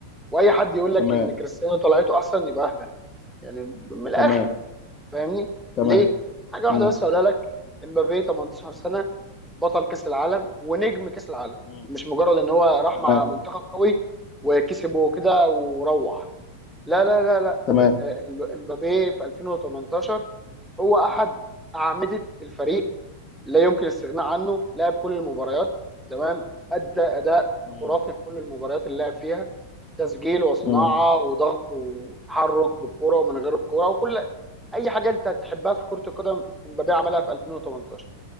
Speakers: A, in the centre; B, on the left.
A: واي حد يقول لك
B: تمام
A: ان كريستيانو طلعته احسن يبقى اهبل يعني من الاخر
B: تمام
A: فاهمني
B: تمام
A: ليه حاجه واحده
B: مم.
A: بس اقولها لك امبابي 18 سنه بطل كاس العالم ونجم كاس العالم
B: مم.
A: مش مجرد ان هو راح
B: تمام
A: مع منتخب قوي وكسبه كده وروح لا لا لا لا
B: تمام
A: آه، إمب- امبابي في 2018 هو احد اعمده الفريق لا يمكن الاستغناء عنه لعب كل المباريات تمام ادى اداء
B: مم.
A: خرافي في كل المباريات اللي لعب فيها تسجيل وصناعه
B: مم.
A: وضغط وتحرك بالكره ومن غير الكره وكل اي حاجه انت تحبها في كره القدم امبابي عملها في 2018